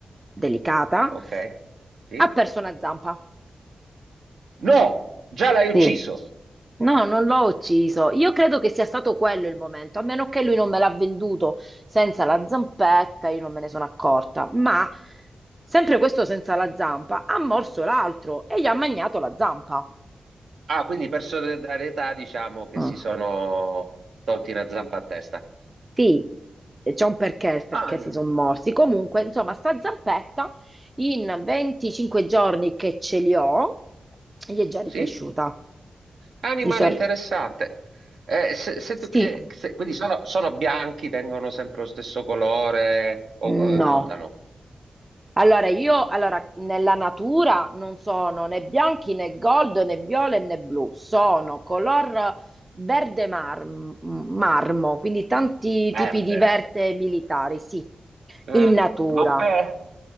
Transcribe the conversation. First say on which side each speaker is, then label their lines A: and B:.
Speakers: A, on the right; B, on the right.
A: delicata,
B: ok. Sì.
A: ha perso una zampa.
B: No, già l'hai ucciso.
A: Sì. No, non l'ho ucciso. Io credo che sia stato quello il momento, a meno che lui non me l'ha venduto senza la zampetta, io non me ne sono accorta. Ma sempre questo senza la zampa ha morso l'altro e gli ha magnato la zampa.
B: Ah, quindi per solidarietà diciamo che
A: Mm.
B: si sono tolti una zampa a testa.
A: Sì, e c'è un perché, perché
B: Ah,
A: si sono morsi. Comunque, insomma, sta zampetta in 25 giorni che ce li ho, gli è già ricresciuta.
B: Sì? Animale
A: Gli so-
B: interessante. Eh, se- se
A: Sì,
B: tu- che- se- quindi sono, sono bianchi, tengono sempre lo stesso colore o
A: no.
B: eh, mutano?
A: Allora, io
B: No.
A: allora, nella natura non sono né bianchi né gold né viola né blu, sono color verde mar- marmo, quindi tanti
B: Verde.
A: tipi di verde militari, sì,
B: Eh,
A: in natura.
B: ma un pe-